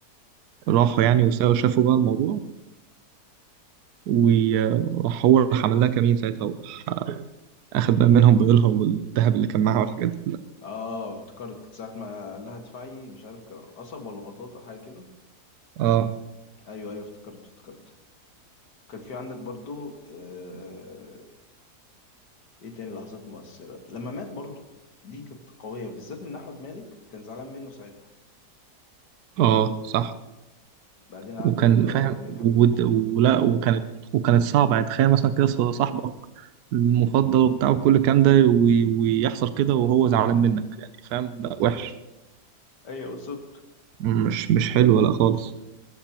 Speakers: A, on the right (about 75°); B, on the left (about 85°).
A: راحوا يعني وساووا شافوا بقى الموضوع وراح هو راح عمل لها كمين ساعتها وراح اخد بقى منهم بيضلها والذهب اللي كان معاها والحاجات دي كلها
B: اه افتكرت ساعة ما قال لها ادفعي مش عارف كان قصب ولا بطاطا حاجة كده
A: اه
B: ايوه ايوه افتكرت افتكرت كان في عندك برضو آه... ايه تاني لحظات مؤثرة لما مات برضو دي كانت قوية بالذات ان احمد مالك كان زعلان منه ساعتها
A: اه صح
B: بعدين قعد
A: وكان
B: يقول له بقى
A: فاهم
B: مين
A: ود-
B: حبيب اخوه
A: ولا
B: ومش عارف
A: وكانت وكانت صعبة يعني تخيل مثلا كده صاحبك المفضل وبتاع وكل الكلام ده وي- ويحصل كده وهو زعلان منك يعني فاهم لا وحش
B: ايوه بالظبط
A: مش مش حلوة لا خالص